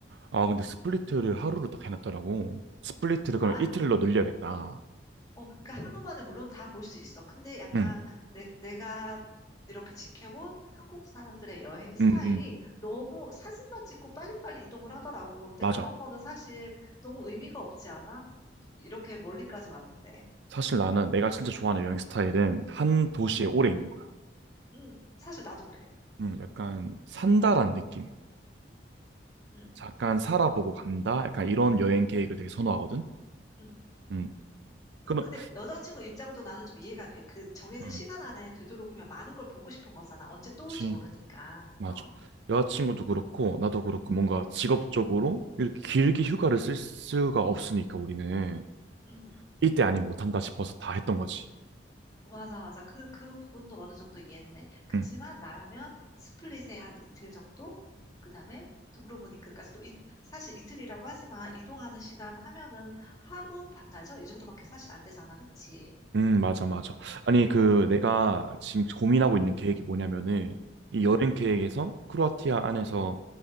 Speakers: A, on the right; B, on the left.
A: 아, 근데 스플리트를
B: 음.
A: 하루로 딱 해놨더라고. 스플리트를 그럼
B: 아,
A: 이틀로 늘려야겠다.
B: 어, 그러니까 하루 만에 물론 다 볼 수 있어. 근데 약간
A: 응,
B: 내, 내가 이렇게 지켜본 한국 사람들의 여행 스타일이
A: 응, 응.
B: 너무 사진만 찍고 빨리빨리 이동을 하더라고. 근데
A: 맞아.
B: 그런 거는 사실 너무 의미가 없지 않아? 이렇게 멀리까지 왔는데.
A: 사실 나는 내가 진짜 좋아하는
B: 응,
A: 여행 스타일은 한 도시에
B: 응,
A: 오래 있는 거야.
B: 응. 사실 나도 그래.
A: 응, 약간 산다란 느낌.
B: 응,
A: 잠깐 살아보고 간다. 약간 이런 여행 계획을
B: 응,
A: 되게 선호하거든.
B: 응.
A: 응. 그럼,
B: 근데 여자친구 입장도 나는 좀 이해가 돼. 그 정해진
A: 응,
B: 시간 안에 되도록이면 많은 걸 보고 싶은 거잖아. 언제 또 올지
A: 그렇
B: 모르니까.
A: 맞아.
B: 어,
A: 여자친구도 그렇고 나도 그렇고 뭔가 직업적으로 이렇게 길게
B: 응,
A: 휴가를 쓸 수가 없으니까 우리는
B: 응.
A: 이때 아니 못한다 싶어서 다 했던 거지.
B: 맞아, 맞아. 그, 그 부분도 어느 정도 이해는 해. 그치만
A: 응.
B: 나라면 스플릿에 한 이틀 정도? 그 다음에 두브로보니크까지 또 이- 사실 이틀이라고 하지만 이동하는 시간 하면은 하루 반나절? 이 정도밖에 사실 안 되잖아. 그치?
A: 음, 맞아, 맞아. 아니 그
B: 어,
A: 내가 지금 고민하고 있는 계획이 뭐냐면은 이 여행
B: 응,
A: 계획에서 크로아티아 안에서